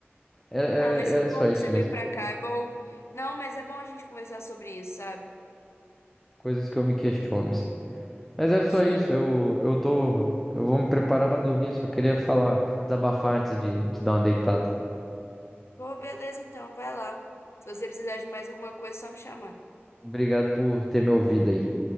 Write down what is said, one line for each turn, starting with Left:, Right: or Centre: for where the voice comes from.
Centre: Era, era,
Left: Ah, mas
Centre: era
Left: que bom
Centre: só isso
Left: que você veio
Centre: mesmo.
Left: pra cá, é bom. Não, mas é bom a gente conversar sobre isso, sabe?
Centre: Coisas que eu me questiono. assim. Mas era só
Left: Sim.
Centre: isso, eu, eu tô, eu vou me preparar pra dormir, só queria falar, desabafar antes de te dar uma deitada.
Left: Pô, beleza, então, vai lá. Se você precisar de mais alguma coisa, é só me chamar.
Centre: Obrigado por ter me ouvido aí.